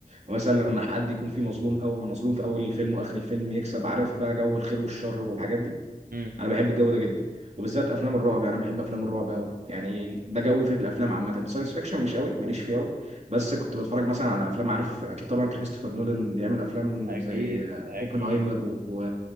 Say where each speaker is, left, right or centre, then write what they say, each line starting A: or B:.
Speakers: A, on the right; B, on the right.
A: ومثلا لما حد يكون فيه مظلوم او مظلوم في اول الفيلم واخر الفيلم يكسب عارف بقى جو الخير والشر والحاجات دي
B: مم.
A: انا بحب الجو ده جدا وبالذات افلام الرعب يعني انا بحب افلام الرعب قوي يعني ده جوي في الافلام عامه ساينس فيكشن مش قوي ماليش فيه قوي بس كنت بتفرج مثلا على افلام عارف اكيد طبعا كريستوفر نولان بيعمل افلام
B: أكيد
A: زي
B: أكيد
A: اوبنهايمر و...